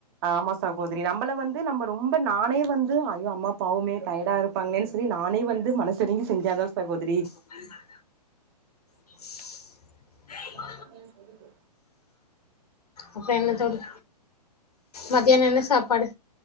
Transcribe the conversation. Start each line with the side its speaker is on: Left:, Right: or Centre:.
Right: ஆமா சகோதரி நம்மள வந்து நம்ம ரொம்ப நானே வந்து ஐயோ அம்மா பாவுமே டயர்டா இருப்பாங்களேனானு செல்லி நானே வந்து மனசு எறங்கி செஞ்ச தா சகோதரி
Left: ம் <inaudible>
Right: சமையல் முடிஞ்சி
Left: அப்ப என்ன தோழி மதியானோ என்ன சாப்பாடு